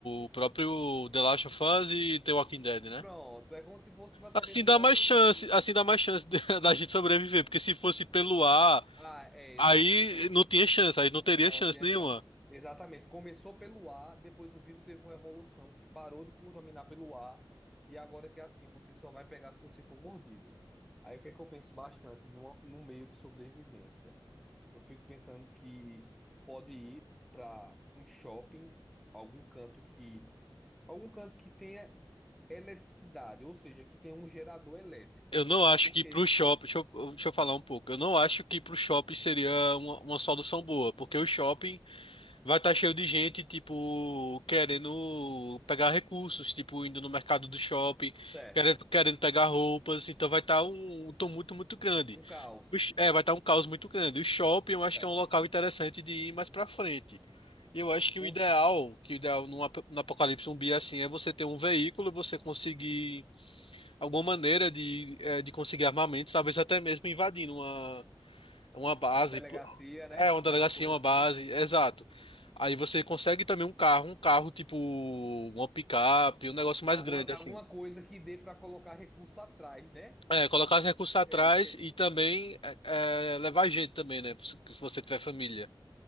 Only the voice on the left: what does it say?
o próprio The Last of Us e The Walking Dead, né?
Assim
dá
mais chance,
assim dá mais chance de- <laughs> da gente sobreviver, porque se fosse pelo ar,
aí
não tinha chance, aí não teria
chance
nenhuma.
Eu não acho
que pro shopping, deixa eu, deixa eu falar um pouco, eu não acho que pro shopping seria uma, uma solução boa, porque o shopping Vai estar cheio de gente, tipo, querendo pegar recursos, tipo, indo no mercado do shopping,
querendo, querendo pegar roupas, então vai estar um tumulto muito grande.
O sh- É, vai estar um caos muito grande. O shopping eu acho
que é um local interessante de ir mais pra frente. E Eu acho
que o ideal, que o ideal num ap- no apocalipse zumbi é assim, é você ter um veículo, você conseguir alguma maneira de, eh, de conseguir armamentos, talvez até mesmo invadindo uma, uma base.
É, uma
delegacia,
uma
base, exato. Aí você consegue também um carro, um carro tipo uma picape, um negócio mais
grande
assim.
É, colocar os recursos atrás
e também
é, é, levar gente também, né? Se se você tiver família.